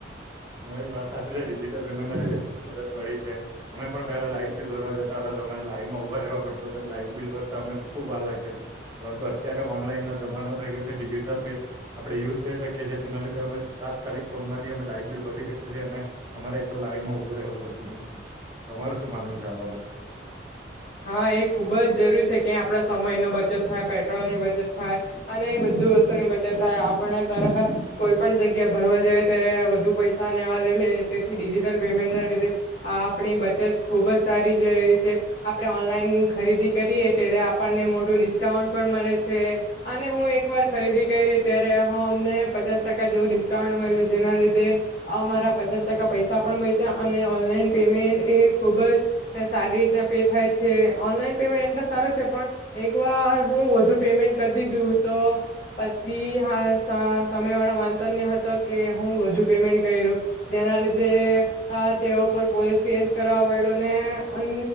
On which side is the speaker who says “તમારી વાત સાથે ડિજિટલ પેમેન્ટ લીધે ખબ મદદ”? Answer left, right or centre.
Right